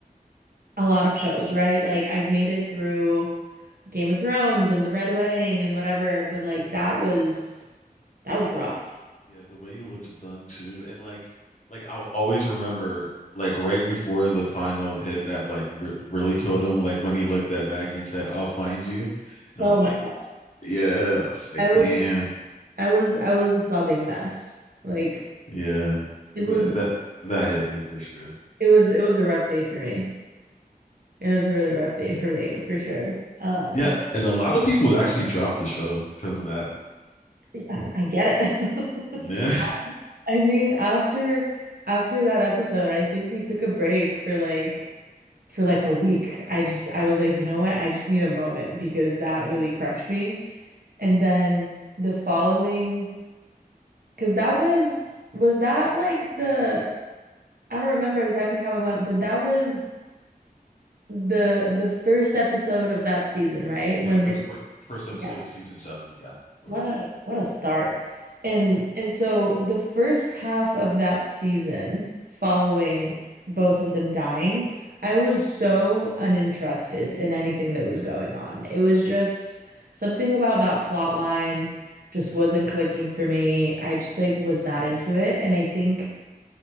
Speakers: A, on the right; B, on the left.
A: a lot of shows, right? Like I've made it through Game of Thrones and the Red Wedding and whatever, but like that was that was rough.
B: Yeah, the way it was done too, and like like I'll always remember like right before the final hit that like re- really killed him. Like when he looked at Maggie and said, "I'll find you," and I
A: Oh
B: was
A: my
B: like,
A: God.
B: "Yeah," I was like,
A: I was
B: "Damn,
A: I was I was a sobbing mess. Like
B: yeah."
A: it
B: Th-
A: was
B: that that hit me for sure.
A: it was it was a rough day for me. It was a really rough day for me for sure. Um
B: Yeah, and a lot of people actually dropped the show because of that.
A: yeah, I get it.
B: Yeah,
A: <laughs> I mean after after that episode, I think we took a break for like for like a week. I just I was like, you know what? I just need a moment because that really crushed me. And then the following Because that was, was that like the, I don't remember exactly how it went, but that was the the first episode of that season,
B: <laughs>
A: right?
B: yeah,
A: When
B: that
A: they,
B: was fir- first episode
A: Yeah.
B: of season seven. Yeah, or
A: what a what a start. And and so the first half of that season following both of them dying, I was so uninterested in anything that was going on. It was just something about that plot line just wasn't clicking for me. I just like was not into it. And I think